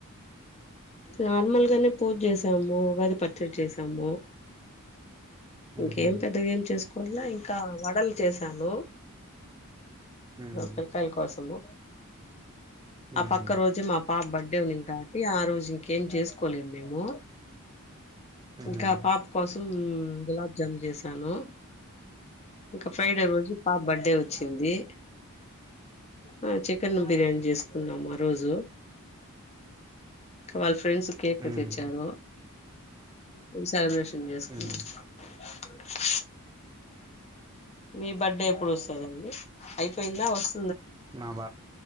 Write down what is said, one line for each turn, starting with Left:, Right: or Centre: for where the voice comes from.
Left: నార్మల్గానే పూజ చేసాము. ఉగాది పచ్చడి చేసాము. ఇంకేం
Right: ఉమ్
Left: పెద్దగ ఏమ్ చేస్కొ ల్లా ఇంకా వడలు చేసాను.
Right: ఉమ్
Left: ఆ పిల్కాయల కోసము. హలో ఆ
Right: ఉమ్
Left: పక్క రోజు మా పాప బడ్ డ్డే ఉన్నింది కాబట్టి ఆ రోజు ఇంకేం చేసుకోలేదు మేము
Right: ఉమ్
Left: ఇంకా పాప కోసం గులాబ్ జామ్ చేస సాను ఇంక ఫ్రైడే రోజు పాప బర్త్డే వచ్చింది. ఆ చికెన్ బిర్యానీ చేసుకు న్నామారోజు కవల్ఫా ఫ్రెండ్స్ కేక్
Right: ఉమ్
Left: తెచ్చారు. ఇంగ సేలబ్రేషన్ చేసుకున్నాం.
Right: ఉమ్
Left: అ మీ బర్త్డే ఎప్పుడు వస్తదండి అయిపోయిందా వస్త
Right: నా బ